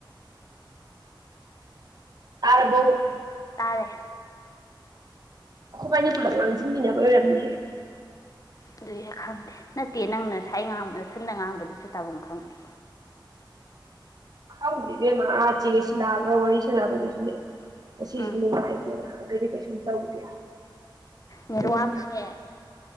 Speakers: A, on the right; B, on the left.
A: ꯇꯔꯕꯣ
B: ꯇꯥꯔꯦ
A: ꯑꯩꯈꯣꯏꯕꯥꯅꯤ ꯄꯨꯂꯞ ꯉꯥꯡꯁꯤꯟꯃꯤꯟꯅꯕꯩ ꯑꯣꯏꯔꯝꯅꯤꯌꯦ
B: ꯑꯗꯨꯏꯔ ꯈꯪꯗꯦ ꯅꯠꯇꯦ ꯅꯪꯅ ꯉꯁꯥꯏ ꯉꯥꯡꯕ ꯁꯟꯗ ꯉꯥꯡꯕꯗꯨꯁꯨ ꯇꯥꯐꯝ ꯈꯪꯗꯦ
A: ꯈꯪꯗꯦ ꯏꯕꯦꯝꯃ ꯆꯦ ꯁꯤꯜꯂꯥꯒ ꯋꯥꯔꯤ ꯁꯥꯅꯕꯗꯗꯤꯅꯦ ꯑꯁꯤꯁꯦ
B: ꯎꯝ
A: ꯅꯨꯡꯉꯥꯏꯇꯦꯗꯅ ꯗꯤ ꯀꯩꯁꯨꯝ ꯇꯧꯗꯦ
B: ꯅꯦꯠꯋꯥꯛꯁꯦ
A: ꯐꯣꯟ